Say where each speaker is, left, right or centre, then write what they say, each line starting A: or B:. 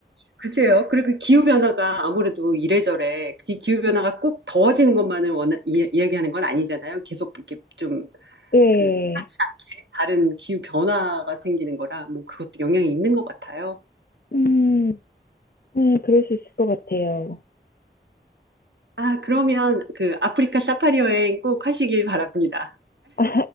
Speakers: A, on the right; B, on the left.
A: 글쎄요. 그리고 기후 변화가 아무래도 이래저래 이 기후 변화가 꼭 더워지는 것만을 원하, 이, 야기하는건 아니잖아요. 계속 이렇게 좀
B: 네.
A: 그 하지 않게 다른 기후 변화가 생기는 거라 뭐 그것도 영향이 있는 것 같아요.
B: 음, 네, 그럴 수 있을 것 같아요.
A: 아, 그러면 그 아프리카 사파리 여행 꼭 하시길 바랍니다.
B: <laughs> 아,